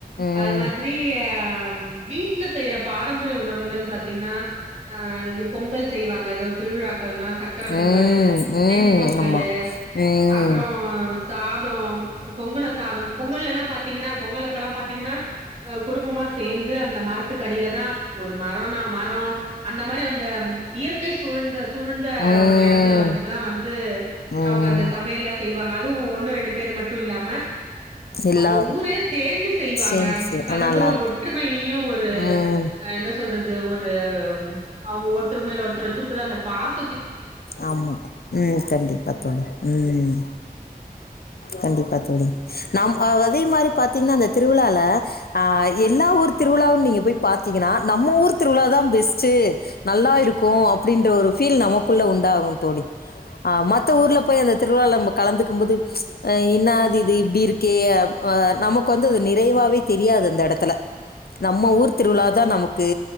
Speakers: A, on the left; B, on the right.
A: ம்
B: அது மாதிரி ஹ் வீட்டுல செய்யற பாரம்பரிய உணவுகள் பாத்தீங்கன்னா ஆஹ் இது பொங்கல் செய்வாங்க ஏதோ திருவிழா க்கள்னா சக்கர
A: ம்
B: பொங்கல்லு
A: ம்
B: வெண் பொங்கல்லு
A: ஆமா ம்
B: அப்புறம் சாதம் பொங்கன சாதம் பொங்கல்லா பாத்தீங்கன்னா பொங்கல் அப்ப எல்லா பாத்தீங்கன்னா அஹ் குடும்பமா சேர்ந்து அந்த மரத்துக்கடியிலதான் ஒரு மரோனா மரம் அந்த மாதிரி அந்த இயற்கை சூழ்ந்த சூழ்ந்த
A: ம்
B: ஒரு இடத்துல வந்துதான் வந்து
A: ம்
B: அவங்க அந்த சமையல்லாம் செய்வாங்க அதுவும் ஒன்னும் ரெண்டு பேர் மட் டும் இல்லாம
A: எல்லாரு
B: அந்த ஊரே சேர்ந்து செய்வாங்க
A: சேந்து சே
B: அது
A: நல்லாருக்கு
B: வந்து ஒரு ஒற்றுமையும் ஒரு
A: ம்
B: ஹ என்ன சொல்றது ஒரு அ அவங்க ஒருத்தருக்கு மேல ஒருத்தர் வச்சிருக்கற அந்த பாச
A: ஆமா உம் கண்டிப்பா தோழி உம் கண்டிப்பா தோழி நாம் அதே மாதிரி பாத்தீங்கன்னா அந்த திருவிழால அ எல்லா ஊர் திருவிழாவும் நீங்க போய் பாத்தீங்கன்னா நம்ம ஊர் திருவிழா தான் பெஸ்ட்டு நல்லா இருக்கும் அப்படின்ற ஒரு ஃபீல் நம்ம க்குள்ள உண்டாகும் தோழி அஹ் மத்த ஊர்ல போய் அந்த திருவிழால நம்ம கலந்துக்கும் போது அஹ் என்ன அது இது இப்படி இருக்கே அஹ் நமக்கு வந்து அது நிறைவாவே தெரியாது அந்த இடத்துல நம்ம ஊர் திருவிழாதான் நமக்கு